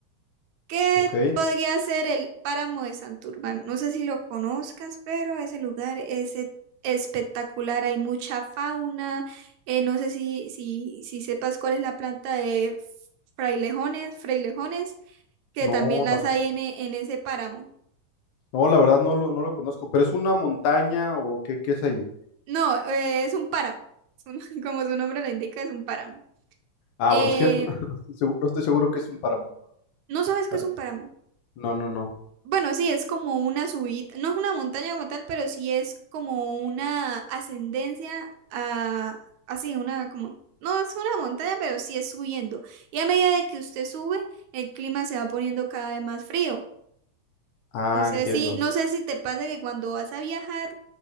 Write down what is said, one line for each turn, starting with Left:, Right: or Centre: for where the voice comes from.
Right: ¿Qué
Left: ¿ok?
Right: podría ser el páramo de Santurbán? No sé si lo conozcas, pero ese lugar es e- espectacular, hay mucha fauna. eh, no sé si, si, si sepas cuál es la planta de frailejones, frailejones, que también
Left: No,
Right: las
Left: la-
Right: hay en, e- en ese páramo.
Left: no, la verdad no lo, no lo conozco, pero es una montaña o qué, qué es ahí.
Right: No, eh, es un páramo, es un- <laughs> como su nombre lo indica, es un páramo.
Left: Ah,
Right: Eh,
Left: bueno, es que <laughs> no, no estoy seguro, no estoy seguro que es un páramo.
Right: ¿no sabes qué
Left: Ay,
Right: es un páramo?
Left: No, no, no.
Right: Bueno, sí, es como una subida, no es una montaña como tal, pero sí es como una ascendencia a, así, una como, no es una montaña, pero sí es subiendo. Y a medida de que usted sube, el clima se va poniendo cada vez más frío.
Left: Ah,
Right: No sé
Left: entiendo.
Right: si, no sé si te pasa que cuando vas a viajar,